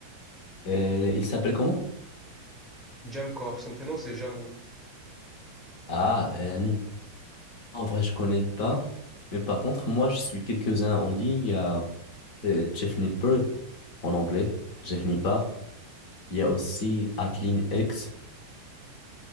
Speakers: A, on the left; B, in the centre.
A: Euh, il s'appelle comment?
B: Jamcor, son prénom c'est Jamo.
A: Ah, euh, En vrai, je connais pas. Mais par contre, moi, je suis quelques-uns en ligne. Il y a euh, Jeff Nippard en anglais, Jeff Nippard. Il y a aussi Atlin X